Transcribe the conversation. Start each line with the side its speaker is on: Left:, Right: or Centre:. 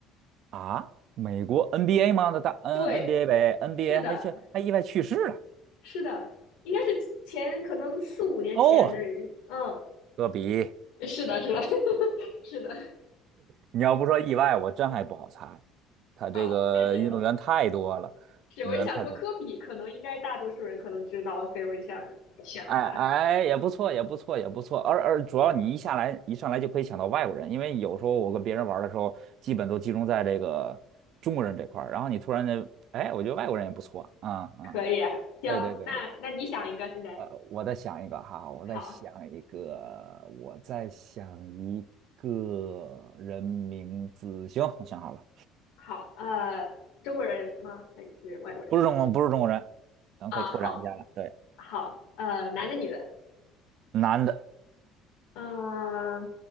Right: 啊，美国 NBA 吗？那大嗯
Left: 对，
Right: N NBA 呗，NBA
Left: 是的，
Right: 还去还意外去世了。
Left: 是的，应该是前可能四五年前的人。
Right: 哦，
Left: 嗯，
Right: 科比，
Left: 是的，是的，<laughs> 是的。
Right: 你要不说意外，我真还不好猜。他这个运动员太多了，
Left: 好，那就 <laughs>，是我是想说科比，
Right: 运动员太多
Left: 可能应该大多数人可能知道，所以我就想选了他。
Right: 哎哎，也不错，也不错，也不错。而而主要你一下来一上来就可以想到外国人，因为有时候我跟别人玩的时候，基本都集中在这个中国人这块儿。然后你突然间，哎，我觉得外国人也不错啊啊、
Left: 可以啊，行，
Right: 对对对对，
Left: 那那你想一个现在？
Right: 呃，我再想一个哈，我再想一个，
Left: 好，
Right: 我再想一个人名字。行，我想好了，
Left: 好，呃，中国人吗？还是外国人？
Right: 不是中国，不是中国人，咱可以拓展一下了。
Left: 啊，好，
Right: 对，
Left: 好，呃，男的，女的，
Right: 男的，
Left: 呃，